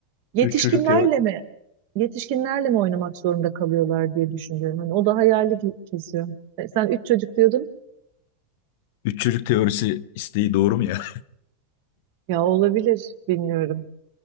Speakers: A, on the right; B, on the left.
A: Yetişkinlerle
B: üç çocuk teo
A: mi? Yetişkinlerle mi oynamak zorunda kalıyorlar diye düşünüyorum. Hani o da hayali ki- kesiyor. E, Sen üç çocuk diyordun.
B: üç çocuk teorisi isteği doğru mu ya?
A: Ya olabilir, bilmiyorum.